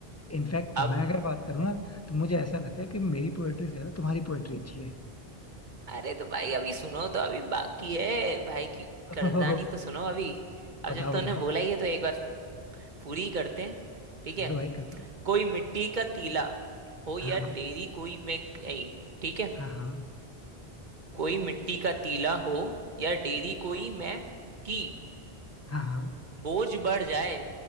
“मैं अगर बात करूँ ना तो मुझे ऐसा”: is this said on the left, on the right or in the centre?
Left